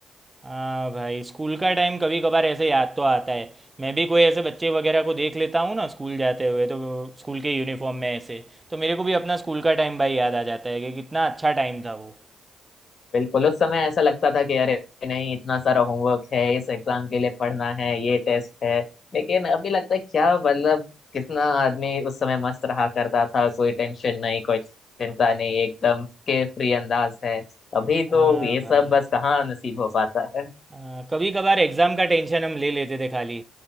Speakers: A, on the right (about 20°); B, on the left (about 45°).
A: हाँ भाई स्कूल का टाइम कभी कभार ऐसे याद तो आता है मैं भी कोई ऐसे बच्चे वगैरह को देख लेता हूँ ना स्कूल जाते हुए तो स्कूल के यूनिफॉर्म में ऐसे तो मेरे को भी अपना स्कूल का टाइम भाई याद आ जाता है कि कितना अच्छा टाइम था वो
B: बिल्कुल उस समय ऐसा लगता था कि अरे नहीं इतना सारा होमवर्क है इस एग्जाम के लिए पढ़ना है ये टेस्ट है लेकिन अभी लगता है क्या मतलब कितना आदमी उस समय मस्त रहा करता था कोई टेंशन नहीं कोई चिंता नहीं एकदम केयर फ्री अंदाज है अभी तो
A: हाँ
B: ये सब
A: भाई
B: बस कहाँ नसीब हो पाता है
A: हाँ कभी कभार एग्ज़ाम का टेंशन हम ले लेते थे खाली